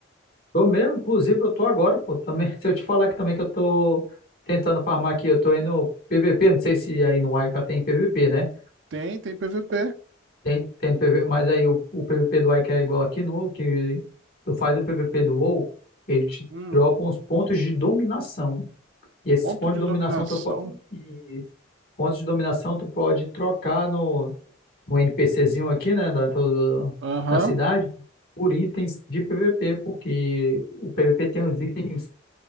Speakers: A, on the left; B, on the right.
A: Tô mesmo, inclusive, eu tô agora, pô. Também, <laughs> se eu te falar que também que eu tô tentando farmar aqui, eu tô indo PVP, não sei se aí no Ica tem PVP, né?
B: Tem, tem PVP.
A: Tem, tem PVP, mas aí o, o PVP do Ica é igual aqui no WoW, que tu faz o PVP do WoW, eles te
B: Hum,
A: dropam os pontos de dominação. E esses
B: ponto
A: pontos
B: de
A: de dominação,
B: dominação.
A: tu, po- e pontos de dominação tu pode trocar no um NPCzinho aqui, né, da, todo-
B: Aham.
A: da cidade, por itens de PVP, porque o PVP tem uns itens,